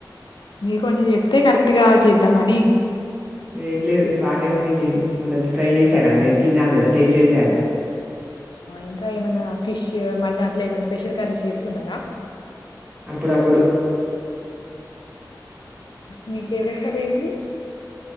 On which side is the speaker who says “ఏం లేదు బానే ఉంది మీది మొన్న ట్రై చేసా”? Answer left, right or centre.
Right